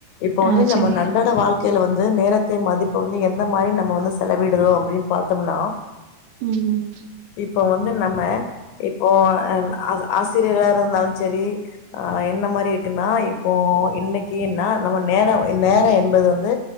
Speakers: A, on the left (about 80°); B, on the right (about 85°).
A: இப்ப வந்து
B: ஆ
A: நம்ம
B: சரி
A: நன்றாட வாழ்க்கையில வந்து நேரத்த மதிப்ப வந்து எந்த மாரி நம்ம வந்து செலவிடுதோ அப்படின்னு ப <unintelligible>
B: ம் ம்
A: இப்போ வந்து நம்ம இப்போ ஆசிரியரா இருந்தாலும் சரி ஆ என்ன மாரி ன்னா இப்போ இன்னைக்குன்னா நம்ம நேரம் நேரம் என்பது வந்து